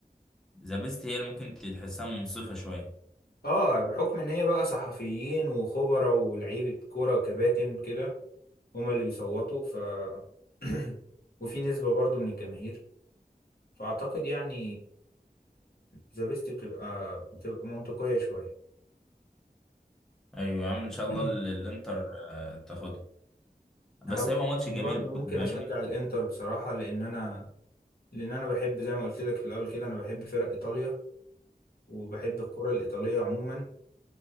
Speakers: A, in the centre; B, on the left (about 70°).
A: ذا بيست هي اللي ممكن تحسها منصفه شويه
B: آه بحكم إن هي بقى صحفيين وخبراء ولاعيبة كورة وكباتن كده هما اللي بيصوتوا ف <clears throat> وفي نسبة برضو من الجماهير فأعتقد يعني ذا بيست بتبقى بتبقى منطقية شوية
A: ايوه يا عم ان شاء الله
B: <clears throat>
A: ال- الانتر آه، تاخدها بس
B: أنا
A: هيبقى ماتش
B: برضو
A: جميل برضه،
B: ممكن
A: فاهمني
B: أشجع الإنتر بصراحة لأن أنا لأن أنا بحب زي ما قلت لك في الأول كده أنا بحب فرق إيطاليا وبحب الكرة الإيطالية عموما